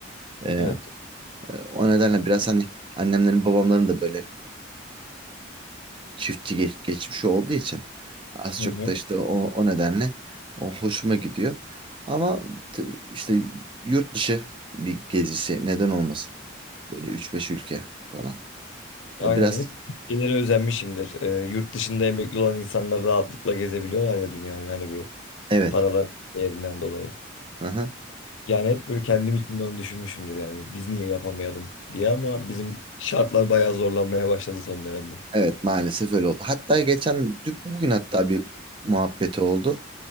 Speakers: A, on the right; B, on the left.
A: Ee,
B: Evet.
A: e, o nedenle biraz hani annemlerin babamların da böyle çiftçi geç, geçmişi olduğu için az
B: Hı
A: çok
B: hı.
A: da işte o, o nedenle o hoşuma gidiyor. Ama t- işte yurt dışı bir gezisi neden olmasın? Böyle üç beş ülke falan.
B: Aynen
A: Ya biraz
B: hep ülkelere özenmişimdir. Ee, yurt dışında emekli olan insanlar rahatlıkla gezebiliyorlar ya dünya yani bu
A: evet.
B: paralar değerinden dolayı.
A: Hı-hı.
B: Yani hep böyle kendim için de onu düşünmüşümdür yani biz niye yapamayalım diye ama bizim şartlar bayağı zorlanmaya başladı son dönemde.
A: Evet maalesef öyle oldu. Hatta geçen dün- bugün hatta bir muhabbeti oldu